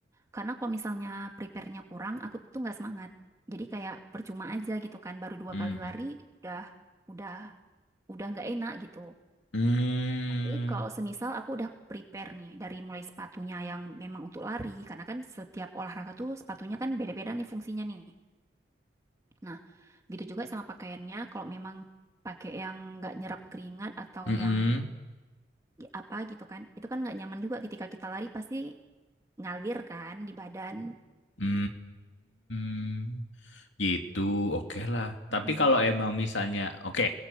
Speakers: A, on the right; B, on the left.
A: Karena kalau misalnya prepare-nya kurang, aku tuh nggak semangat. Jadi kayak percuma aja gitu kan. Baru dua
B: Hmm.
A: kali lari udah udah udah nggak enak gitu.
B: Mmm,
A: Tapi kalau semisal aku udah prepare nih dari mulai sepatunya yang memang untuk lari, karena kan setiap olahraga tuh sepatunya kan beda-beda nih fungsinya nih. Nah, Gitu juga sama pakaiannya, kalau memang pakai yang nggak nyerap keringat atau
B: mhm.
A: yang i- apa gitu kan, itu kan nggak nyaman juga ketika kita lari pasti ngalir kan di badan.
B: Hmm. Hmm. Gitu, oke lah.
A: Heeh.
B: Tapi kalau emang misalnya, oke,